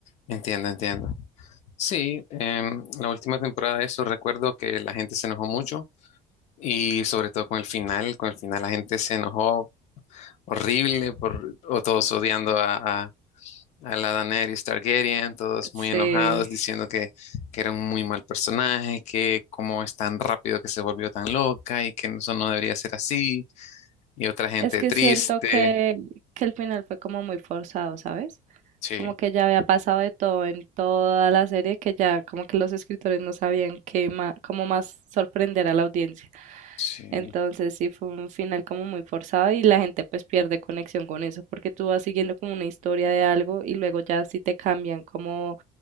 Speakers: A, on the left (about 45°); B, on the right (about 45°).
A: entiendo, entiendo. Sí, em, la última temporada de eso recuerdo que la gente se enojó mucho y sobre todo con el final, con el final la gente se enojó horrible por, o todos odiando a, a la Daenerys Targaryen, todos
B: Sí.
A: muy enojados, diciendo que, que era un muy mal personaje, que cómo es tan rápido que se volvió tan loca y que eso no debería ser así, y otra gente
B: Es que
A: triste.
B: siento que, que el final fue como muy forzado, ¿sabes?
A: Sí,
B: Como que ya había pasado de todo en toda la serie, que ya como que los escritores no sabían qué ma- cómo más sorprender a la audiencia.
A: sí,
B: Entonces sí fue un final como muy forzado y la gente pues pierde conexión con eso, porque tú vas siguiendo como una historia de algo y luego ya sí te cambian como,